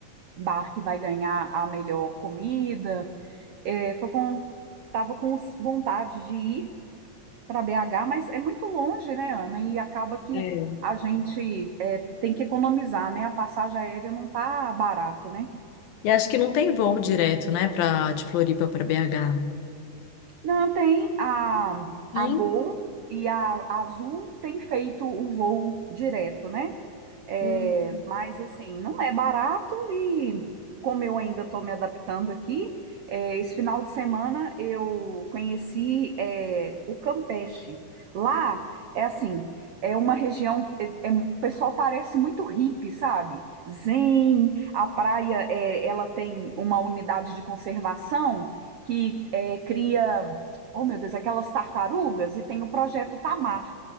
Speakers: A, on the right; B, on the left.
A: bar que vai ganhar a melhor comida. É, tô com, tava com s- vontade de ir para BH, mas é muito longe, né, Ana? E acaba que
B: É.
A: a gente é, tem que economizar, né? A passagem aérea não tá barato, né?
B: E acho que não tem voo direto, né, pra, de Floripa para BH.
A: Não, tem a,
B: Tem?
A: a Gol e a, a Azul tem feito o voo direto, né? É,
B: Hum.
A: mas assim, não é barato e como eu ainda estou me adaptando aqui, é, esse final de semana eu conheci é, o Campeche. Lá é assim, é uma região que é- é- o pessoal parece muito hippie, sabe? Zen, a praia é, ela tem uma unidade de conservação que é, cria, oh meu Deus, aquelas tartarugas e tem o projeto Tamar.